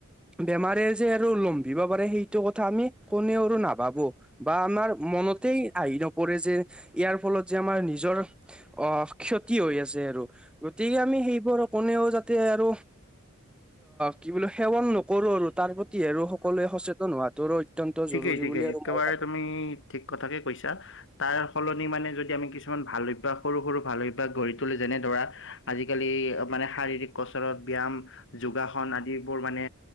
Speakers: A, in the centre; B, on the left.
A: বেমাৰে যে আৰু লম্ভিব পাৰে সেইটো কথা আমি কোনেও আৰু না ভাবো বা আমাৰ মনতেই আহি নপৰে যে ইয়াৰ ফলত যে আমাৰ নিজৰ অ', ক্ষতি হৈ আছে আৰু গতিকে আমি সেইবোৰ কোনেও যাতে আৰু কি বুলো সেৱন নকৰো আৰু তাৰ কি আৰু সকলোৱে সচেতন হোৱাতোৰ অত্যন্ত
B: ঠিকেই
A: জৰুৰী
B: ঠিকেই
A: বুলি আৰু
B: একেবাৰে
A: মই ভা
B: তুমি ঠিক কথাকে কৈছা, তাৰ সলনি মানে যদি আমি কিছুমান ভাল অভ বা সৰু, সৰু ভাল অভ্যাস গঢ়ি তোলো যেনে ধৰা আজিকালি মানে শাৰীৰিক কচৰৎ, ব্যায়াম যোগাসন আদিবোৰ মানে